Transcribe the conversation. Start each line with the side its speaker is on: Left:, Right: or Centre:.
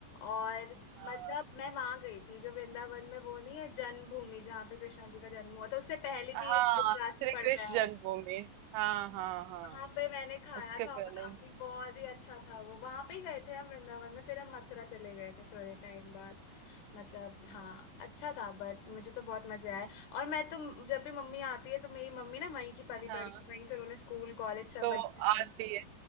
Left: और
Right: हाँ
Left: मतलब मैं वहां गई थी जो वृंदावन में वो नहीं है जन्मभूमि जहाँ पे कृष्णा जी का जन्म हुआ था उससे पहले
Right: हाँ
Left: भी एक देवदासी
Right: श्री
Left: पड़ता
Right: कृष्ण जन्मभूमि
Left: है
Right: हाँ हाँ हाँ
Left: वहां पे मैंने खाया
Right: उसके
Left: था और
Right: पहले
Left: अभी बहुत ही अच्छा था वो वहां पे ही गए थे हम वृंदावन में फिर हम मथुरा चले गए थे थोड़े टाइम बाद मतलब हाँ अच्छा था बट मुझे तो बहुत मजे आए और मैं तो जब भी मम्मी आती है तो मेरी मम्मी ना वहीं की पली
Right: हाँ
Left: बड़ी वहीं से उन्होंने स्कूल कॉलेज सब
Right: तो
Left: वहीं
Right: वो
Left: से
Right: आती
Left: करे
Right: है